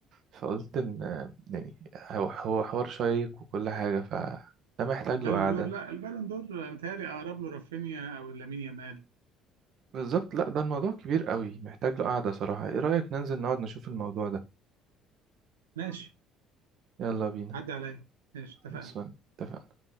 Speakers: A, on the right; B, on the right.
A: فقلت ان يعني هو هو حوار شيق وكل حاجة فده محتاج
B: البالون
A: له قعدة
B: دور لا البالون دور متهيألي أقرب له رافينيا أو لامين يامال
A: بالظبط لا ده الموضوع كبير قوي محتاج له قعدة صراحة ايه رأيك ننزل نقعد نشوف الموضوع ده
B: ماشي
A: يلا بينا
B: عدي عليا ماشي
A: خلصان
B: اتفقنا
A: اتفقنا